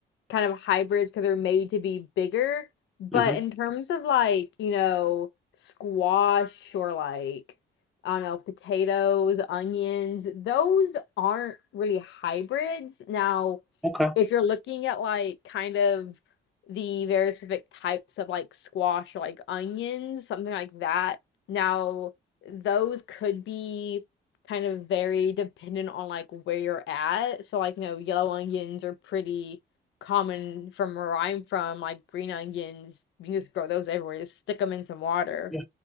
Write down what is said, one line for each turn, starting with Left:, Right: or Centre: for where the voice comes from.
Left: kind of hybrids because they're made to be bigger. But
Centre: hmm
Left: in terms of like, you know, squash or like, I don't know, potatoes, onions, those aren't really hybrids. Now,
Centre: Okay.
Left: if you're looking at like kind of the very specific types of like squash or like onions, something like that, now those could be kind of very dependent on like where you're at. So like, you know, yellow onions are pretty common from where I'm from, like green onions. You can just grow those everywhere. Just stick them in some water.
Centre: Yeah.